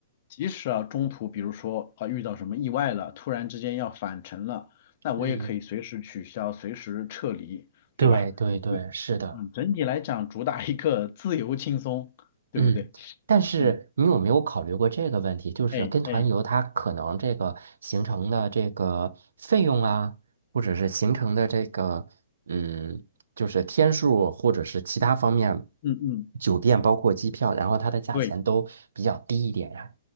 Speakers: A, on the left; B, on the right.
A: 即使啊中途比如说啊遇到什么意外了，突然之间要返程了，那我也可以随时取消，
B: 嗯，
A: 随时撤离，
B: 对对对，
A: 对吧？
B: 是的。
A: 嗯，整体来讲主打一个自由轻松，对不对？
B: 嗯，但是你有没有考虑过这个问题？
A: 嗯，
B: 就是跟团游，
A: 哎哎，
B: 它可能这个行程的这个费用啊，或者是行程的这个嗯，就是天数，或者是其他方面，
A: 嗯嗯，
B: 酒店包括机票，然后它的价钱都比较低一点呀。
A: 对。